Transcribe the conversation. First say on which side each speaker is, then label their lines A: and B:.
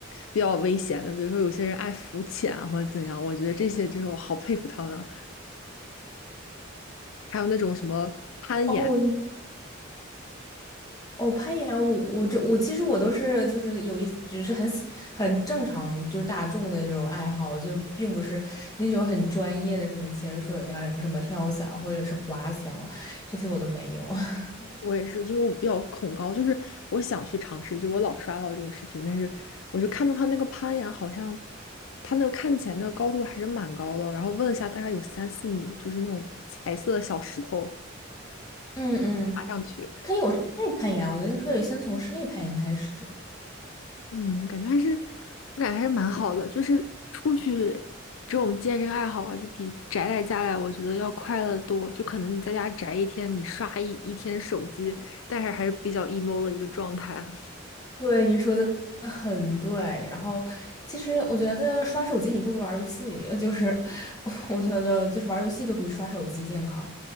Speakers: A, on the left; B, on the left.
A: 比较危险的，比如说有些人爱浮潜啊或者怎样，我觉得这些就是我好佩服他们啊。还有那种什么攀岩。
B: 哦，哦，攀岩我我这我其实我都是就是有一只是很很正常就是大众的那种爱好，就是并不是那种很专业的什么潜水呀、什么跳伞或者是滑翔这些我都没有。<laughs>
A: 我也是，因为我比较恐高，就是我想去尝试，就我老刷到这种视频，但是我就看到他那个攀岩，好像他那个看起来那个高度还是蛮高的，然后问了一下，大概有三四米，就是那种彩色的小石头
B: 嗯嗯，
A: 爬上去，
B: 它有室内攀岩，我觉得你可以先从室内攀岩开始。
A: 嗯，我感觉还是我感觉还是蛮好的，就是出去这种健身爱好啊，就比宅在家里，我觉得要快乐得多。就可能你在家宅一天，你刷一一天手机，但是还是比较 emo 的一个状态。<laughs>
B: 对，你说的很对。然后，其实我觉得刷手机你不如玩儿游戏，呃就是 <laughs> 我觉得就是玩儿游戏都比刷手机健康。